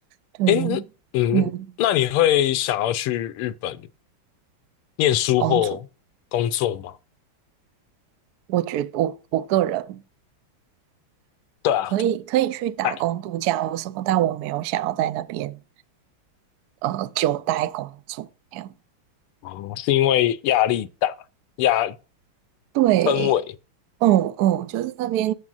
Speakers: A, on the right (about 80°); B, on the left (about 85°).
A: 对，
B: 诶，
A: 于嗯，
B: 嗯，那你会想要去日本念书或工作吗？
A: 公主，我觉得我我个人
B: 对啊，
A: 可以可以去打工度假或什么，
B: 哎，
A: 但我没有想要在那边呃久待工作这样。
B: 哦，是因为压力大，压
A: 对，
B: 氛围，
A: 嗯嗯，就是那边